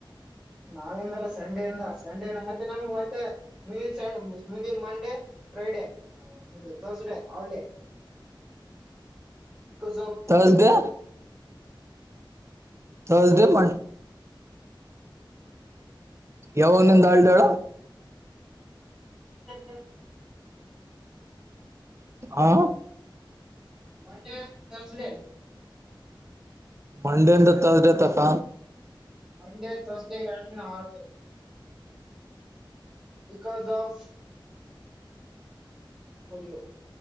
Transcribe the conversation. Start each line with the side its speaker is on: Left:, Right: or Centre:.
Centre: ನಾಳಿಂದಲ್ಲ ಸಂಡೇ ಇಿಂದ ಸಂಡಿಂದ ಮತ್ತೆ ನಮ ಮತ್ತೆ ಮುಂದಿನ ಸ ಮುಂದಿನ Monday Friday Thursday holiday because of ಪರಿಿಯೋ
Right: ತರ್ಸ್ಡೇ ಥರ್ಸ್ಡೆ ಪ ಯಾವ ಒಂದೊಂದ ಆಳ್ಡಾಳ
Centre: ಅಂದಂದ
Right: ಹಾ
Centre: ಮಂಡೆ ಸ್ಡ
Right: ಮಂಡೇಂತ ತರ್ಸ್ಡೇ ತಪ್ಪ
Centre: ಹಗೆ ಳ್ ಆಳ ಬಿಕಾಸ್ ಆಫ್ ಪೊಲಿಯೋ